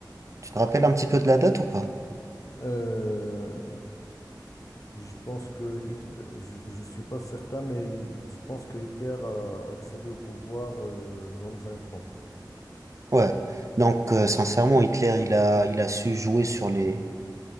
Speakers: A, on the right; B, on the left.
A: Tu te rappelles un petit peu de la date ou pas?
B: Euh, Je pense que Hitler, je ne suis pas certain, mais je pense que Hitler a accédé au pouvoir euh, dans les années trente.
A: Ouais. Donc, euh, sincèrement, Hitler, il a, il a su jouer sur les,